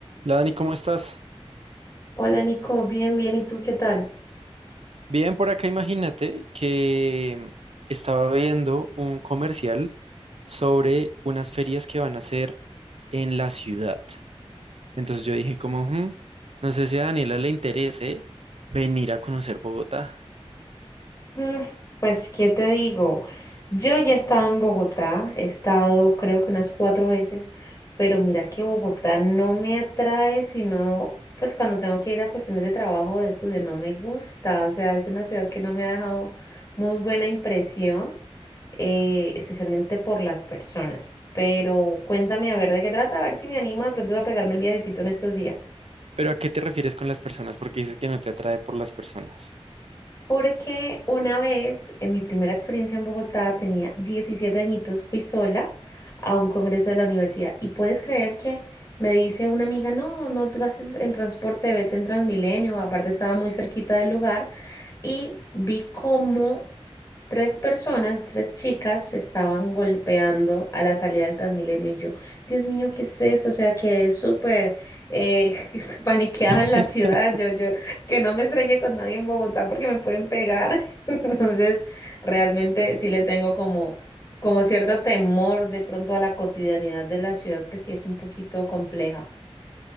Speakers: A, on the right; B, on the left.
A: Hola Dani, ¿cómo estás?
B: Hola Nico, bien, bien, ¿y tú qué tal?
A: Bien, por acá imagínate que estaba viendo un comercial sobre unas ferias que van a hacer en la ciudad. Entonces yo dije como, "Hmm, no sé si a Daniela le interese venir a conocer Bogotá.
B: Mm, Pues, ¿qué te digo? Yo ya he estado en Bogotá, he estado creo que unas cuatro veces, pero mira que Bogotá no me atrae, sino pues cuando tengo que ir a cuestiones de trabajo o de estudio, no me gusta, o sea, es una ciudad que no me ha dejado muy buena impresión, eh, especialmente por las personas. Pero cuéntame a ver de qué trata, a ver si me anima de pronto a pegarme el viajecito en estos días.
A: Pero ¿a qué te refieres con las personas? Porque dices que no te atrae por las personas.
B: Porque una vez, en mi primera experiencia en Bogotá, tenía 17 añitos, fui sola a un congreso de la universidad. Y puedes creer que me dice una amiga, no, no te gastes en transporte, vete en Transmilenio. Aparte estaba muy cerquita del lugar. Y vi como tres personas, tres chicas, se estaban golpeando a la salida del Transmilenio. Y yo, Dios mío, ¿qué es eso? O sea, quedé súper eh, <laughs> paniqueada
A: <laughs>
B: en la ciudad. Yo, yo que no me estrelle con nadie en Bogotá porque me pueden pegar. <laughs> Entonces, realmente sí le tengo como, como cierto temor de pronto a la cotidianidad de la ciudad porque es un poquito compleja.